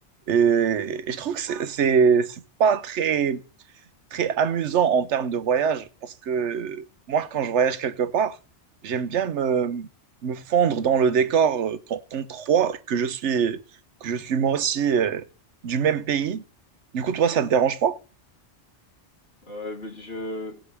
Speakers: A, on the right; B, on the left.
A: Et, et je trouve que c'est c'est- c'est pas très très amusant en termes de voyage parce que moi, quand je voyage quelque part, j'aime bien me, me fondre dans le décor euh, qu'on qu'on croit que je suis, que je suis moi aussi euh, du même pays. Du coup, toi, ça ne te dérange pas?
B: Euh, mais je,